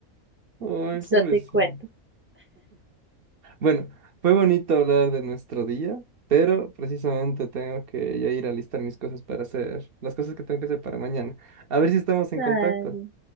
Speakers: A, on the right; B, on the right.
A: Ay,
B: Eso
A: pobrecito.
B: te cuento.
A: Bueno, fue bonito hablar de nuestro día, pero precisamente tengo que ya ir a listar mis cosas para hacer, las cosas que tengo que hacer para mañana. A ver si estamos en
B: Ay.
A: contacto.
B: no.